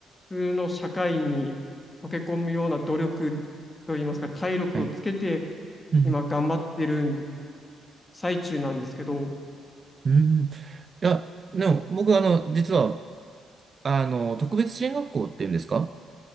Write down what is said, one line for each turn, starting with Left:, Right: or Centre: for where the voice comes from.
Left: 通の社会に溶け込むような努力といいますか、体力をつけて、
Right: はい。うんうん
Left: 今頑張ってるん最中なんですけど、
Right: うん。いや、でも僕、あの、実は、あの、特別支援学校っていうんですか